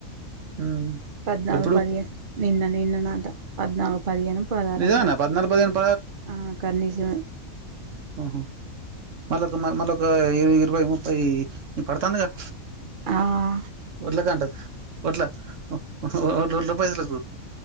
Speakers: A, on the right (about 65°); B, on the right (about 45°).
A: మ్మ్
B: పద్నాలుగు
A: ఎప్పుడు
B: పదిహేను నిన్న నిన్న నాతో పద్నాల్ పదిహెన్, పదారట
A: నిజమేనా పద్నాలుగు, పదిహేను,
B: ఆ <unintelligible>
A: ఓహో మల్లొక మ మళ్ళక ఇరవై, ముప్పై పడతాండు కదా
B: ఆ
A: ఉర్లగడ్డ వట్ల <unintelligible>